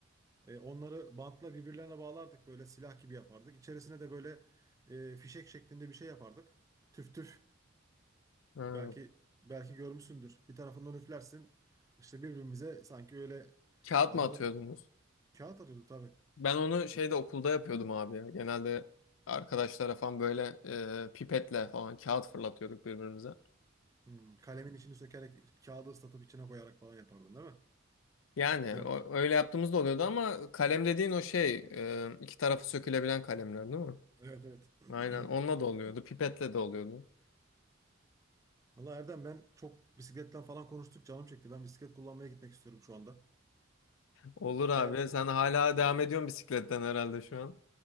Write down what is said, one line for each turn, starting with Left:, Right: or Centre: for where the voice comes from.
Right: E, onları bantla birbirlerine bağlardık böyle silah gibi yapardık. İçerisine de böyle e, fişek şeklinde bir şey yapardık. Tüf tüf
Left: Ha,
Right: Belki belki görmüşsündür. Bir tarafından üflersin. İşte birbirimize sanki öyle
Left: Kağıt
Right: arada
Left: mı atıyordunuz?
Right: bir kağıt atıyorduk tabii.
Left: Ben onu şeyde okulda yapıyordum abi ya. Genelde arkadaşlara falan böyle e, pipetle falan kağıt fırlatıyorduk birbirimize.
Right: Hmm, kalemin içini sökerek kağıdı ıslatıp içine koyarak falan yapardın değil mi?
Left: Yani
Right: Yap.
Left: o- öyle yaptığımızda oluyordu ama kalem dediğin o şey e, iki tarafı sökülebilen kalemler değil mi?
Right: Evet evet. <clears throat>
Left: Aynen onunla da oluyordu pipetle de oluyordu.
Right: Valla Erdem ben çok bisikletten falan konuştuk canım çekti. Ben bisiklet kullanmaya gitmek istiyorum şu anda.
Left: Olur abi
Right: Eğer
Left: sen hala devam ediyorsun bisikletten herhalde şu an.